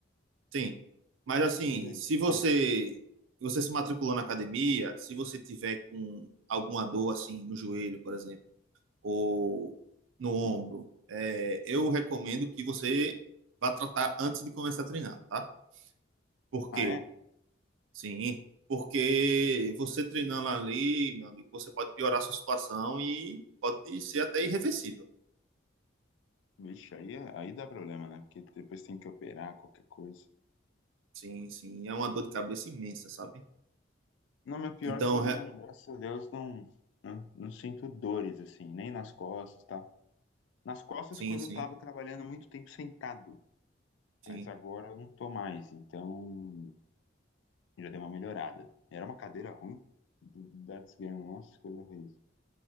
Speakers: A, on the right; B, on the left.
A: sim. Mas
B: só
A: assim,
B: fazia
A: se
B: isso.
A: você
B: Ah,
A: você se matriculou na academia, se você tiver com alguma dor assim no joelho, por exemplo, ou no ombro, é, eu recomendo que você vá tratar antes de começar a treinar, tá? Por quê?
B: ah, é?
A: Sim, porque você treinando ali, meu amigo, você pode piorar a sua situação e pode ser até irreversível.
B: Vixe, aí, é- aí dá problema, né? Porque depois tem que operar qualquer coisa.
A: Sim, sim. É uma dor de cabeça imensa, sabe?
B: Não, mas pior
A: Então,
B: que eu
A: re-
B: não, graças a Deus, não, não, não sinto dores, assim, nem nas costas, tá? Nas costas,
A: sim,
B: quando
A: sim,
B: eu tava trabalhando muito tempo sentado,
A: sim,
B: mas agora eu não tô mais, então já deu uma melhorada. Era uma cadeira ruim da desgrama, nossa, coisa ruim.